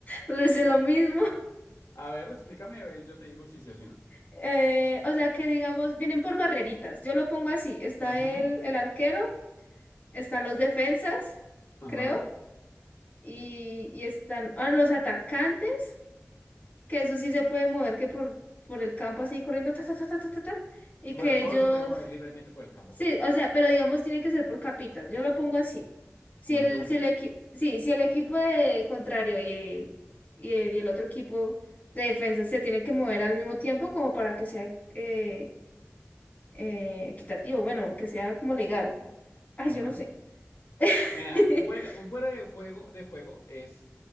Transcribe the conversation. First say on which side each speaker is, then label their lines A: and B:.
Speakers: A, on the left; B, on the left.
A: Entonces es lo mismo.
B: a ver, explícame, a ver, yo te digo si sí o si no.
A: Eh, o sea que digamos, vienen por barreritas. Yo lo pongo así. Está
B: Ujú,
A: el, el arquero. están los defensas,
B: Ajá.
A: creo, y, y están ah, los atacantes, que eso sí se pueden mover que por, por el campo así corriendo, ta, ta, ta, ta, ta, ta, ta, y
B: Bueno,
A: que
B: todos
A: ellos,
B: se pueden mover libremente por el campo,
A: sí,
B: pero sí,
A: o sea, pero digamos tiene que ser por capitas, yo lo pongo así. Si
B: como
A: el,
B: una cebolla.
A: si el, equi- sí, si el equipo de contrario y, y, y el otro equipo de defensa se tienen que mover al mismo tiempo como para que sea eh, eh, equitativo, bueno, que sea como legal. Ay,
B: Ujú.
A: yo no sé. <laughs>
B: Mira, un fuera, un fuera de juego, de juego es